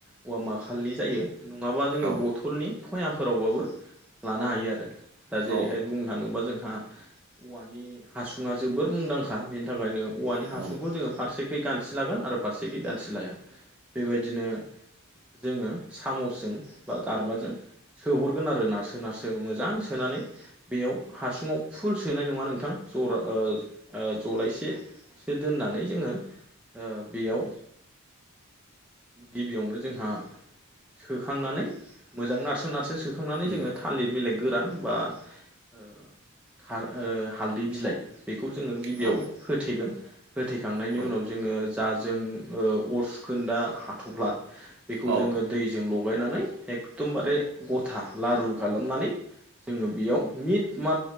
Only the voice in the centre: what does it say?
औवा मााखालनि जायो नंङाबा जोंङो
बथलनि फयामफोरावबाबो लानो हायो आरो दा जेरैहाय
बुंनो थाङोबा जोंहा औवानि हासुङा जोबोर मुंदांखा बेनि थाखायनो औवानि हासुंखौ
जोंङो फारसे बे गानथि लागोन आरो फारसेखि गानथि लाया बेबायदिनो जोङो सामसजों बा गारबाजों सोहरगोन आरो नारसो नारसो मोजां सोना नानै बेयाव हासुुंआव फुल सोनाय नंङा नोंथां जरा ओ ओ जलायसेसो दोननानै जोंङो ओ बेयाव गिबियावनो जोंहा सोखांनानै मोजां नारसो- नारसो सो खांनानै
जोंङो थालिर बिलाइ गोरान बा ओ खार ओ हालदै बिलाइ बेखौ जोंङो गिबियाव
होथेगोन होथेखांनायनि
उनाव जोंङो जा जों ओ अर सुखोनदा हाथ'फ्ला बेखौ
जोंङो दैजों लग लगायनानै एकदमबारे गथा लारु गालामनानै जोंङो बेयाव मिट मा